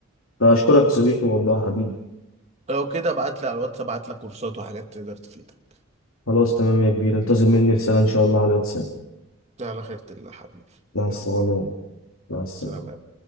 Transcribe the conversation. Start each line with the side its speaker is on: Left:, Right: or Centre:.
Left: فأشكرك يا صديقي والله حبيبي
Right: لو كده ابعت لي على الواتس ابعت لك كورسات وحاجات تقدر تفيدك
Left: خلاص تمام يا كبير انتظر مني رسالة إن شاء الله على الواتساب
Right: على خيرة الله حبيبي
Left: مع السلامة
Right: يلا
Left: مع السلامة
Right: سلام يا